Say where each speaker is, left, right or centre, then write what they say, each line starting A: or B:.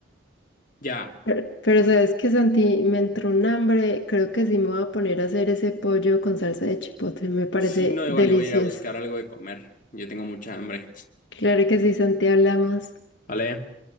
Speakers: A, on the left; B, on the left.
A: Ya,
B: Pero, pero sabes que Santi, me entró un hambre, creo que sí me voy a poner a hacer ese pollo con salsa de chipotle, me parece
A: si no, igual
B: delicioso.
A: yo voy a ir a buscar algo de comer. Yo tengo mucha hambre.
B: Claro que sí, Santi, hablamos.
A: Vale.